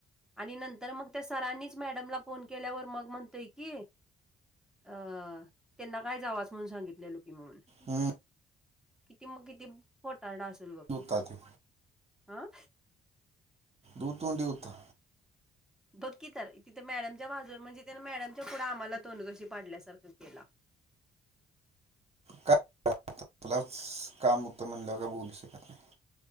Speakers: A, in the centre; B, on the right.
A: आणि नंतर मग त्या सरांनीच मॅडमला फोन के केल्यावर मग म्हणतोय की अ त्यांना काय जावा च म्हणून सांगितलेलो की म्हणून.
B: हम्म
A: किती मग किती खोटारडा असेल बघ?
B: म्हणतात अ.
A: आ?
B: दू तूंडी होत.
A: बघकी तर तिथे मॅडमच्या बाजून म्हणजे मॅडमच्या पुढे आम्हाला तोंडघशी पाडल्यासारखं केला.
B: काय आपलाच काम होत म्हणल्यावर काय बोलू शकत नाही.